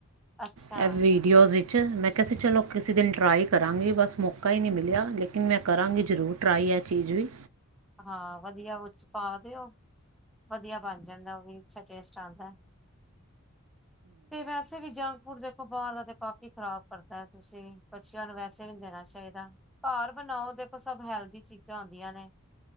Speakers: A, in the centre; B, on the right (about 75°).
A: ਅੱਛਾ
B: ਐਹ ਵੀ ਵੀਡੀਓਜ਼ ਵਿੱਚ ਮੈਂ ਕੇਆ ਸੀ ਚਲੋ ਕਿਸੀ ਦਿਨ ਟਰਾਈ ਕਰਾਂਗੀ, ਬਸ ਮੌਕਾ ਈ ਨੀ ਮਿਲਿਆ, ਲੇਕਿਨ ਮੈਂ ਕਰਾਂਗੀ ਜ਼ਰੂਰ਼। ਟਰਾਈ ਐ ਚੀਜ਼ ਵੀ
A: ਹਾਂ ਵਧੀਆ, ਓਦੇ ਚ ਪਾ ਦੇਓ। ਵਧੀਆ ਬਣ ਜਾਂਦੈ ਓਹ ਵੀ ਅੱਛਾ ਟੇਸਟ ਆਂਦੈ। ਤੇ ਵੈਸੇ ਵੀ ਜੰਗਪੁਰ ਦੇ ਬਾਰ ਦਾ ਤੇ ਕਾਫੀ ਖ਼ਰਾਬ ਕਰਦਾ ਤੁਸੀਂ, ਬੱਚੇਆਂ ਨੂੰ ਵੈਸੇ ਵੀ ਨ ਦੇਣਾ ਚਾਈਦਾ। ਘਰ ਬਣਾਓ ਦੇਖੋ, ਸਭ ਹੈਲਦੀ ਚੀਜ਼ਾਂ ਆਂਦੀਆਂ ਨੇ।